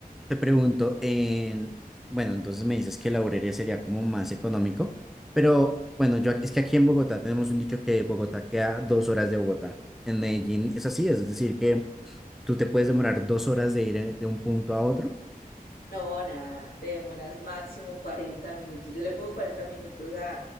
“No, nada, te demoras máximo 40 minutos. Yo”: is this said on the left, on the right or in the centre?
Left